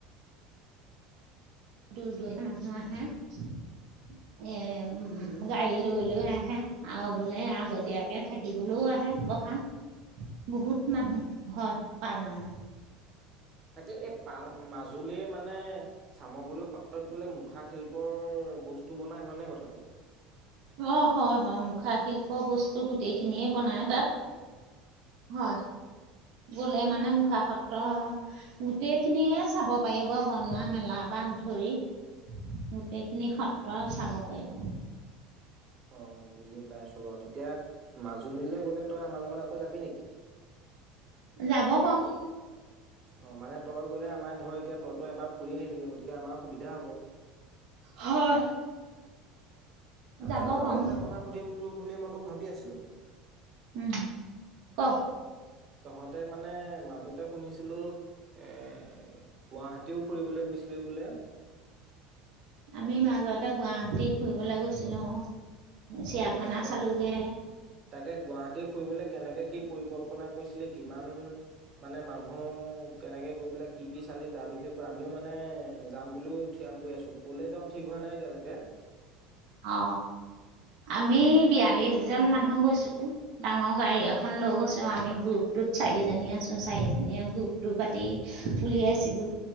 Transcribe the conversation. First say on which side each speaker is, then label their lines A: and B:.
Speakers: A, on the right; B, on the right.
A: দূৰ- দূৰনিৰ মানুহ আহে। এ উম, গাড়ীত লৈ- লৈ আহে, আৰু বোলে আগতীয়াকে থাকিবলৈও আহে বহান। বহুত মানুহ হয়, পাল নামত।
B: তাকে, এই পাল মাজুলীৰ মানে চামুগুৰি সত্ৰত বোলে, মুখা শিল্পৰ বস্তু বনাই হয়নে কথাটো?
A: অ, হয়- হয়, মুখা শিল্পৰ বস্তু গোটেইখিনিয়ে বনাই তাত। হয়, গলে মানে মুখা সত্ৰ গোটেই খিনিয়ে চাব পাৰিব, বনোৱা মেলা পৰা ধৰি। গোটেইখিনি সত্ৰ চাব পাৰিব।
B: অ, বুজি পাইছো বাৰু। তেতিয়া মাজুলীলৈ গ'লে তই আমাৰ লগত আকৌ যাবি নেকি?
A: যাব পাৰোঁ।
B: অ, মানে তই গ'লে আমাৰ ধৰ, এতিয়া তইতো এবাৰ ফুৰি আহিলেগে। গতিকে আমাৰ সুবিধা হ'ব।
A: হয়।
B: তাৰ
A: যাব
B: পিছত আৰু
A: পাৰোঁ
B: এটা কথা সুধিম তো, বুলি মই তোক ভাৱি আছিলো।
A: উম, ক?
B: তহঁতে মানে মাজতে শুনিছিলো। এ গুৱাহাটীও ফুৰিবলৈ গৈছিলি বোলে।
A: আমি মাজতে গুৱাহাটীলৈ ফুৰিবলৈ গৈছিলো। অ। চিৰিয়াখানা
B: অ গুৱাহ
A: চালোঁগে
B: তাকে, গুৱাহাটী ফুৰিবলে কেনেকে কি পৰিকল্পনা কৰিছিলে কিমান মানে মানুহ, কেনেকে গৈ পেলাই কি কি চালি? তাৰ বিষয়ে কৈ আমিও মানে যাম বুলিও থিৰাং কৰি আছোঁ। ক'লে যাওঁ, ঠিক হোৱা নাই এতিয়ালৈকে।
A: অ, আমি বিয়াল্লিশ জন মানুহ গৈছোঁ। ডাঙৰ গাড়ী এখন লৈ গৈছো। আমি গ্ৰুপটোত চাৰিজনী আছো। চাৰিজনীয়ে গ্ৰুপটো পাতি উলিয়াইছিলো।